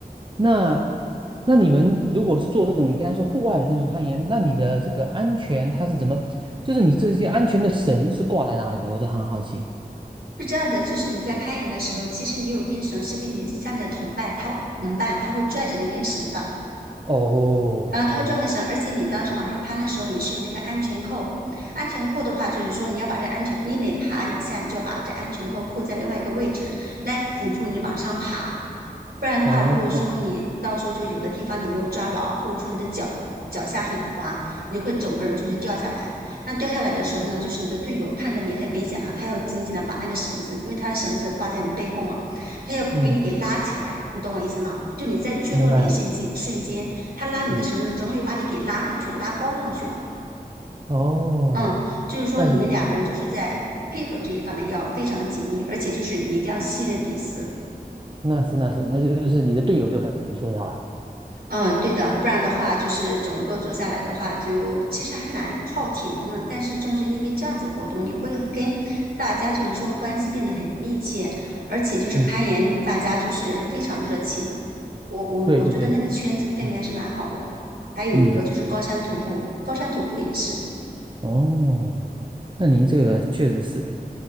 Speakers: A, on the right; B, on the right.
A: 那那你们如果是做这种你刚才说户外的那种攀岩，那你的这个安全它是怎么？就是你这些安全的绳是挂在哪里的？我就很好奇。
B: 是这样子，就是你在攀岩的时候，其实你有根绳是跟你下面的同伴，他同伴他会拽着那根绳的，
A: 哦，
B: 然后他会拽根绳，
A: 明白。
B: 而且你当时往上攀的时候，你是有那个安全扣。安全扣的话，就是说你要把这安全，你每爬一下，你就要把这安全扣扣在另外一个位置，来辅助你往上爬。不然的话，
A: 哦，
B: 如果说你到时候就有的地方你没有抓牢，或者说你的脚脚下很滑，你就会整个人就是掉下来。那掉下来的时候呢，就是你的队友看着你很危险了，他要紧紧的把那个绳子，因为他的绳子挂在你背后嘛，他要给你给拉起来，
A: 嗯
B: 你懂我意思吗？就你在坠落那一瞬间，
A: 明白了，
B: 瞬间他拉你的绳子，
A: 嗯，
B: 正好又把你给拉上去，拉高上去了。
A: 哦，
B: 嗯，就是说你们两个人就是在配合这一方面要非常的紧密，
A: 那你
B: 而且就是你一定要信任彼此。
A: 那是那是，那就就是你的队友就很重要了。
B: 嗯，对的，不然的话，就是整个做下来的话，就其实还蛮耗体能的。但是正是因为这样子活动，你会跟大家就是说关系变得很密切，而且就是攀岩，
A: 嗯，
B: 大家就是非常热情。我我我觉得那个圈子氛围还是蛮好的。
A: 对对对，嗯
B: 还有一个就是高山徒步，
A: 嗯，
B: 高山徒步也是，
A: 哦，那您这个确实是，